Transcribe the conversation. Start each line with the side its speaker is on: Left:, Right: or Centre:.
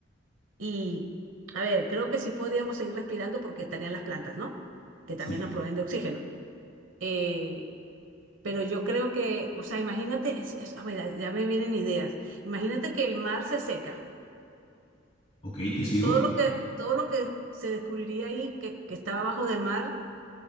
Right: Y, a ver, creo que sí podríamos seguir respirando porque estarían las plantas, ¿no? Que también
Left: Sí.
Right: nos proveen de oxígeno. Eh, pero yo creo que, o sea, imagínate, es- es- a ver, ya me vienen ideas. Imagínate que el mar se seca.
Left: Ok, te sigo.
Right: Todo lo que, todo lo que se descubriría ahí, que, que estaba abajo del mar,